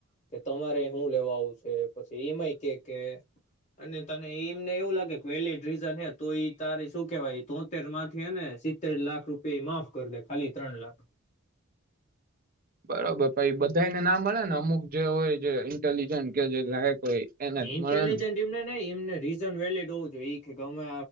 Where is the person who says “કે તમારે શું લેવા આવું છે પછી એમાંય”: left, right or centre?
Left